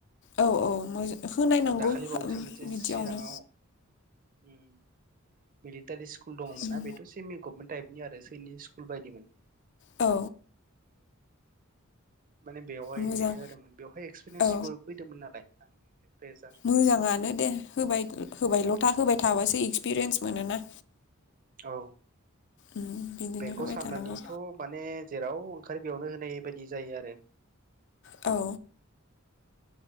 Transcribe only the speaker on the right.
दाखालि बावैसो
मोनसे
चिराङाव ओम मिलि थारि स्कल दङमोनना
बेथ' सेमि गभमेन्टाइप नि आरो सैनिक स्कुल बायदिमोन।
माने बेवहाय
हैनाय जादोंमोन बेवहाय एक्सपिरियेन्सफोर
फैदोंमोन नालाय आं प्रेसार
औ
बेखौ
साननानैनोथ'
माने जेराव ओंखारो बेयावनो होनाय बायदि जायो आरो।